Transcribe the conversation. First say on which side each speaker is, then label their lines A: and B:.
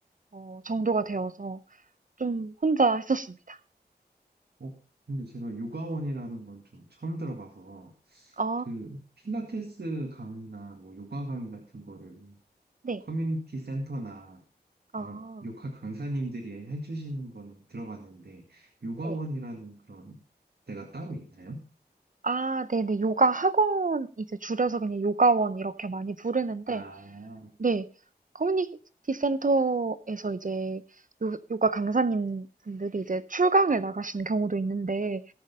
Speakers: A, on the right; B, on the right.
A: 어, 정도가 되어서 좀 혼자 했었습니다.
B: 어, 근데 제가 요가원이라는 건 좀 처음 들어봐서
A: 아,
B: 그 필라테스 강의나 뭐 요가 강의 같은 거를
A: 네.
B: 커뮤니티 센터나
A: 아,
B: 이런 요가 강사님들이 해주시는 거는 들어봤는데, 요가원이라는
A: 네.
B: 그런 데가 따로 있나요?
A: 아, 네네. 요가 학원 이제 줄여서 그냥 요가원 이렇게 많이 부르는데
B: 아,
A: 네. 커뮤니티 센터에서 이제 요, 요가 강사님 분들이 이제 출강을 나가시는 경우도 있는데,